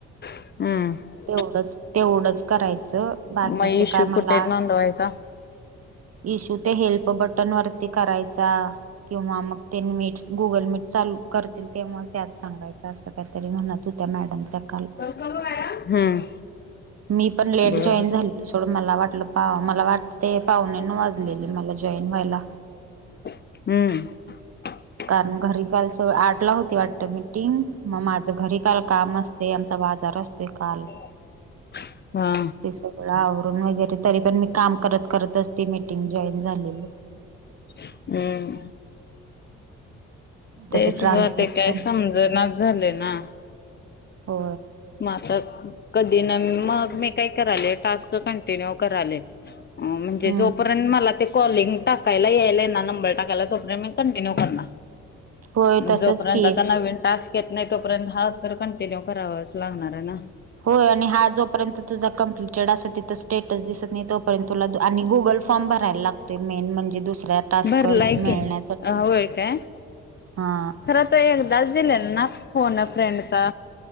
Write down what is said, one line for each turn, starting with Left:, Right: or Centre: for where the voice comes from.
Left: हम्म
Right: तेवढंच तेवढंच करायचं. बाकीचे
Left: मग इश्यू
Right: काय मला,
Left: कुठे नोंदवायचा?
Right: इशू ते हेल्प ग्रुप वरती करायचा, किंवा मग ते मीट गुगल मीट चालू करतील तेव्हा त्या सांगायचं असतं काही तरी म्हणत होत्या मॅडम त्या. काल,
Left: हम्म
Right: मी पण लेट
Left: बर
Right: जॉईन झालेले सोड मला वा टलं पा मला वाटतेय पाउनेनऊ वाजलेले मला जॉईन व्हायला.
Left: हम्म!
Right: कारण घरी काल स आठ ला होती वाटत मीटिंग, मग माझं घरी काल काम असते आमचा बा जार असतोय काल.
Left: <inaudible> हा
Right: त्याच्यामुळ आ वरल तरी पण मी काम करत करतच ती मीटिंग जॉईन झालेली. <inaudible>
Left: हम्म तेचं
Right: तर ते ट्रान्स्क्रिप्शन
Left: ग ते काय समजणाचं झालंय ना!
Right: हो,
Left: मग आता कधी ना मग मी काय करायले टास्क कॉन्टिनुए करायले. म्हणजे
Right: हम्म
Left: जोपर्यंत मला ते कॉलिंग टाकायला यायला ना नंबर टाकायला तोपर्यंत मी कंटिन्यू करणार.
Right: होय तसच
Left: जोपर्यंत
Right: की
Left: आता नवीन टास्क येत नाही तोपर्यंत हा तर कंटिन्यू करावाच लागणार येना.
Right: होय आणि हा जोपर्यंत तुझा कम्प्लिटेड असा तिथं स्टेटस दिसतं नाहीत तो तुला तो आणि गुगल फॉर्म भरायला लागतोय मेन म्हणजे दुसऱ्या टास्क
Left: भरलाय
Right: मिळण्यासाठी.
Left: की होय काय,
Right: हा
Left: खर तो एकदाच दिलेला ना फोन अ फ्रेंडचा?